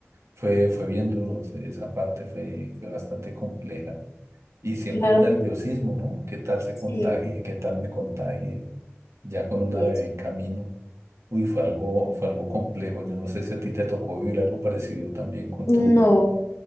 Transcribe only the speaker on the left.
claro,
sí,
sí.
No,